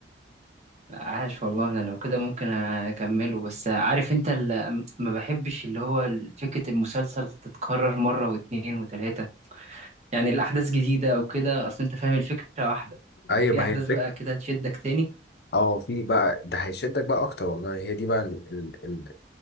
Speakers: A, on the right; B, on the left.
A: عاش والله انا لو كده ممكن اكمله بس عارف انت ال- ما بحبش اللي هو فكره المسلسل تتكرر مره واتنين وتلاته يعني الاحداث جديده او كده اصل انت فاهم الفكره واحده
B: أي
A: في
B: ما
A: احداث
B: هي الفكرة
A: بقى كده تشدك تاني
B: اه في بقى ده هيشدك بقى أكتر والله هي دي بقى ال- ال- ال-